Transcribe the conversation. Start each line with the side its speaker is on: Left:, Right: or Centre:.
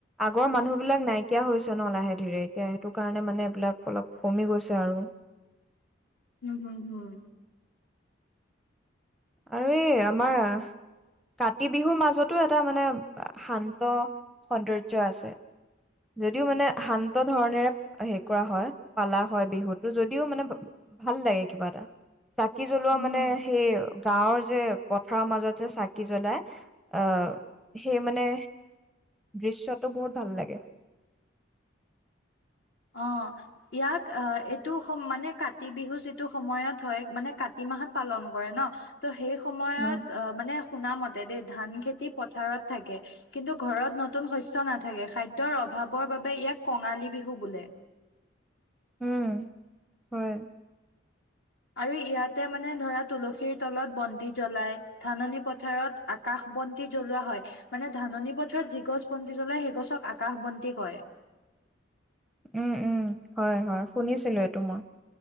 Centre: আগৰ মানুহ বিলাক নাইকিয়া হৈছে ন লাহে ধীৰে, এতিয়া সেইটো কাৰণে মানে, এইবিলাক অলপ কমি গৈছে আৰু।
Left: উম, হুম, হুম।
Centre: আৰু এই আমাৰ কাতি বিহুৰ মাজতো এটা মানে, শান্ত, সৌন্দৰ্য আছে। যদিও মানে, শান্ত ধৰনেৰে হেৰি কৰা হয়, পালা হয় বিহুটো, যদিও মানে ভাল লাগে কিবা এটা। চাকি জ্বলোৱা
Left: উম
Centre: মানে, সেই গাঁৱৰ যে পথাৰৰ মাজত যে চাকি জ্বলাই। অ', সেই মানে দৃশ্যটো বহুত ভাল লাগে।
Left: অ'। ইয়াক আহ এইটো সম মানে, কাতি বিহু যিটো সময়ত হয়, মানে কাতি মাহত পালন কৰে ন। ত' সেই সময়ত
Centre: উম
Left: অ', মানে শুনা মতে দেই, ধান খেতি পথাৰত থাকে। কিন্তু, ঘৰত নতুন শস্য নাথাকে, খাদ্যৰ অভাৱৰ বাবে ইয়াক কঙালী বিহু বোলে।
Centre: উম, হয়।
Left: আৰু, ইয়াতে মানে ধৰা, তুলসীৰ তলত বন্তি জ্বলায়। ধাননি পথাৰত, আকাশ বন্তি জ্বলোৱা হয়। মানে, ধাননি পথাৰত যি গছ বন্তি জ্বলায়, সেই গছক আকাশ বন্তি কয়।
Centre: উম, উম, হয়, হয়, শুনিছিলো এইটো মই।